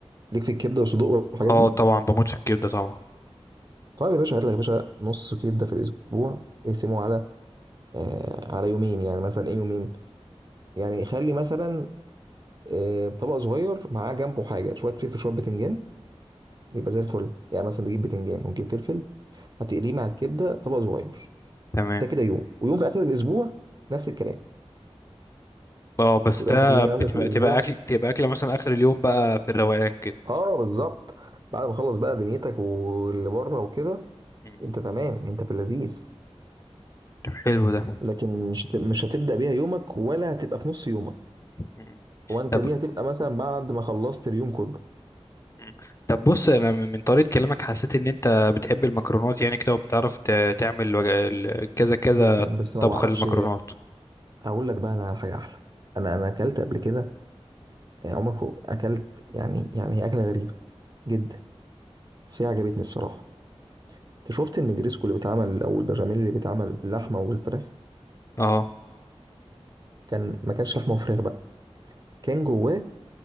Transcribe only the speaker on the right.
ليك في الكبده والصدوق والحاجات
دي
طيب يا باشا هات لك يا باشا نص كبده في الاسبوع اقسمه على آه على يومين يعني مثلا ايه يومين يعني خلي مثلا آه طبق صغير معاه جنبه حاجه شويه فلفل شويه بتنجان يبقى زي الفل يعني مثلا تجيب بتنجان ونجيب فلفل هتقليه مع الكبده طبق صغير
ده كده يوم ويوم في اخر الاسبوع نفس الكلام
يبقى
انت في يومين
عندك في الاسبوع
اه بالظبط بعد ما خلص بقى دنيتك واللي بره وكده
انت تمام انت في اللذيذ
لكن مش هت- مش هتبدا بيها يومك ولا هتبقى في نص يومك
هو انت
دي هتبقى مثلا بعد ما خلصت اليوم كله
جدا بس لو
ما اعرفش
اقول لك بقى انا على حاجه احلى انا انا اكلت قبل كده عمرك اكلت يعني يعني هي اكله غريبه جدا بس هي عجبتني الصراحه انت شفت النجريسكو اللي بيتعمل او البشاميل اللي بيتعمل باللحمه والفراخ
كان ما كانش لحمه وفراخ بقى كان جواه